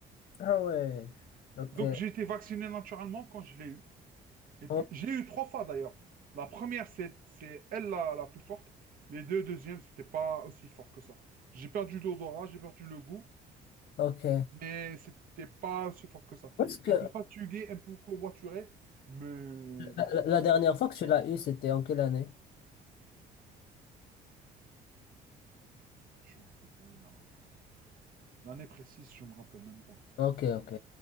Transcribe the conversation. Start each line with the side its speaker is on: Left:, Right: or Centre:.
Left: Ah ouais, ok.
Right: Donc, j'ai été vacciné naturellement quand je l'ai eu. Et puis,
Left: O-
Right: j'ai eu trois fois d'ailleurs. La première, c'est c'est elle la, la plus forte. Les deux deuxièmes, c'était pas aussi fort que ça. J'ai perdu l'odorat, j'ai perdu le goût,
Left: Ok.
Right: mais c'était pas aussi fort que ça.
Left: Parce que
Right: Un peu fatigué, un peu courbaturé, mais
Left: la, la-
Right: je,
Left: la dernière fois que tu l'as eu, c'était en quelle année?
Right: je me rappelle pas. il y a- L'année précise, je me rappelle même pas.
Left: Ok, ok.